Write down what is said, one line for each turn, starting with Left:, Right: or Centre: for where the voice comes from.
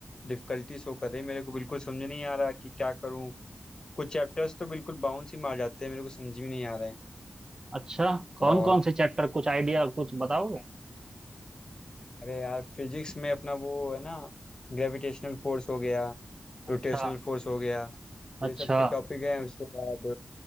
Left: डिफिकल्टी शो कर रही है मेरे को बिल्कुल समझ नहीं आ रहा कि क्या करूं कुछ चैप्टर्स तो बिल्कुल बाउंस ही मार जाते हैं मेरे को समझ में नहीं आ रहे हैं
Right: अच्छा कौन
Left: और
Right: कौन से चैप्टर कुछ आइडिया कुछ बताओगे
Left: अरे यार फिजिक्स में अपना वो है ना ग्रेविटेशनल फोर्स हो गया
Right: अच्छा
Left: रोटेशनल फोर्स हो गया ये
Right: अच्छा
Left: सब के टॉपिक हैं उसके बाद